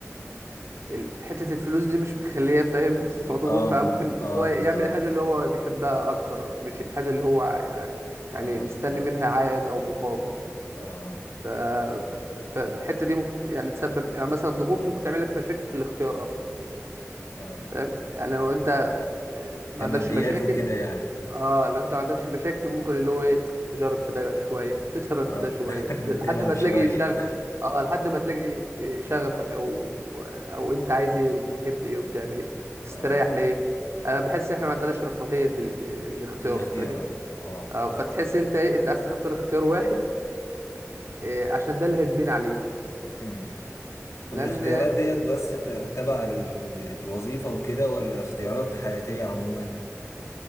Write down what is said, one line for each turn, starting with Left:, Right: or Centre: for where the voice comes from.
Right: ال- حته الفلوس دي مش مخليه فاهم <laughs> مضغوط
Left: اه
Right: فممكن
Left: م-
Right: اللي
Left: اه
Right: هو يعمل
Left: بالظبط
Right: الحاجه اللي هو بيحبها اكتر مش الحاجه اللي هو ع- ع- يعني
Left: اه
Right: مستني منها عائد او مقابل
Left: اه
Right: ف- فالحته دي ممكن يعني تسبب يعني مثلا الضغوط ممكن تعمل لك مشاكل في الاختيار اصلا
Left: اه
Right: فاهم يعني لو انت ما
Left: كماديات
Right: عندكش مشاكل
Left: وكده يعني
Right: اه لو انت ما عندكش مشاكل ممكن اللي هو ايه تجرب في ده شويه <laughs> تجرب
Left: اه
Right: في ده شويه
Left: <laughs>
Right: لحد
Left: تلعب
Right: ما
Left: شوية
Right: تلاقي شغف اه لحد ما تلاقي شغفك او او انت عايز ايه وبتحب ايه وبتعمل ايه
Left: <laughs>
Right: وبتستريح
Left: اه
Right: ليه انا بحس ان احنا ما عندناش رفاهيه ال... الاختيار
Left: الاختيار
Right: فاهم
Left: اه
Right: اه فتحس انت ايه انت عايز تختار اختيار واحد آه، عشان ده اللي هتبين عليه
Left: مم. طب
Right: لان
Left: الاختيارات ديت بس ت- تبع ال- الوظيفة وكده ولا اختيارات حياتية عموما؟